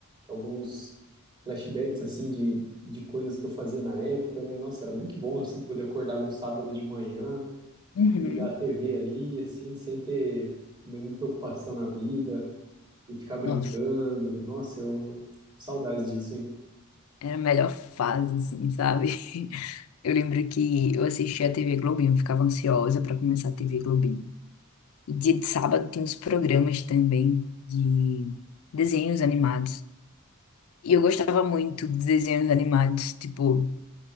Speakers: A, on the right; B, on the left.
A: alguns flashbacks, assim, de, de coisas que eu fazia na época, né? Nossa, era muito bom, assim, poder acordar num sábado de manhã
B: uhum.
A: e ligar a TV ali, assim, sem ter nenhuma preocupação na vida e ficar brincando.
B: Nossa,
A: Nossa, eu saudades disso, hein?
B: era a melhor fase, assim, sabe? <laughs> Eu lembro que eu assistia a TV Globinho, ficava ansiosa pra começar a TV Globinho. E dia de sábado tem uns programas também de desenhos animados. E eu gostava muito de desenhos animados, tipo,